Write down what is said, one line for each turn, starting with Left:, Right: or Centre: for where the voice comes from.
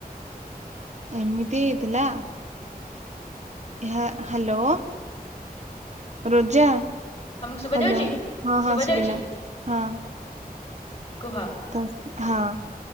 Right: ଏମିତି ହେଇଥିଲା? ଏହା, ହ୍ୟାଲୋ। ରୋଜା
Left: ତମକୁ ଶୁଭା
Right: ହ୍ୟାଲୋ,
Left: ଯାଉଛି?
Right: ହଁ
Left: ଶୁଭା
Right: ହଁ, ଶୁଭିଲା
Left: ଯାଉଛି
Right: ହଁ।
Left: କୁହ
Right: ତ ହଁ।